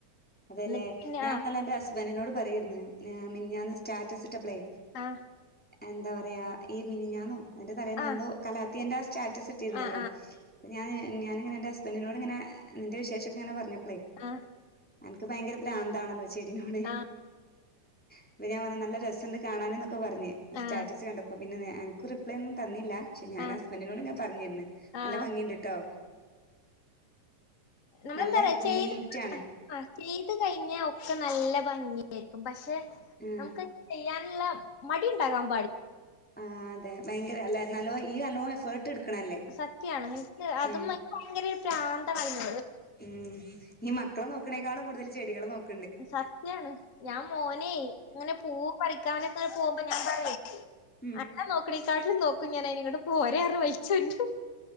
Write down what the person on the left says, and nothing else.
എന്നിട്ട് പിന്നെ
ആ
ആ
ആ
ആ ആ
ആഹ്
ആഹ്
ആഹ്
ആഹ്
ആഹ്
നമ്മളെന്താറയാ
ചെയ്ത്
ആ ചെയ് കഴിഞ്ഞ ഒക്കെ നല്ല ഭംഗിയായിരിക്കും പക്ഷെ
നമ്മുക്ക് ചെയ്യാൻ ഉള്ളമടി ഉണ്ടാകാം
സത്യാണ് എനക്ക് അതും
<unintelligible> ഒരു പ്രാന്തമായി
സത്യാണ് ഞാൻ മോനെ അങ്ങനെ പൂ പറിക്കാനൊക്കെെ പോകുമ്പോ ഞാൻ പറയാ
അന്നേ നോക്കണേക്കാട്ടിലും നോക്കും ഞാൻയിനി ഇങ്ങോട്ട് പോര് വഴിച്ചോണ്ടു